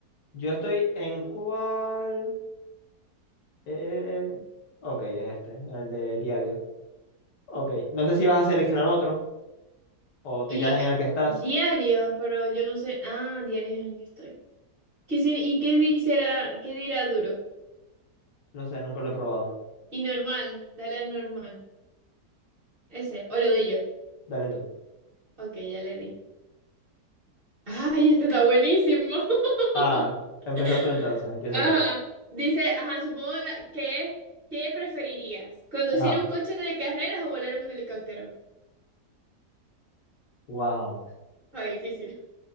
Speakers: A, on the left; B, on the right.
A: Yo estoy en cuál. Eh, eh, eh. ok, en este, en el de diario. Ok, no sé si vas a seleccionar otro o te
B: Y
A: quedas en
B: ah,
A: el que estás.
B: diario, pero yo no sé. Ah, diario es en el que estoy. ¿Qué, sin- ¿Y qué dice, qué dirá duro?
A: No sé, nunca lo he probado.
B: Y normal, dale al normal. Ese, o le doy yo.
A: Dale tú.
B: Ok, ya le di. Ay, esto está buenísimo. <laughs>
A: Ah, empieza tú entonces, empieza
B: Ajá.
A: tú.
B: Dice, ajá, supongo la- que, ¿qué preferirías? ¿Conducir
A: Ajá.
B: un coche de carreras o volar un helicóptero?
A: Wow.
B: Está difícil.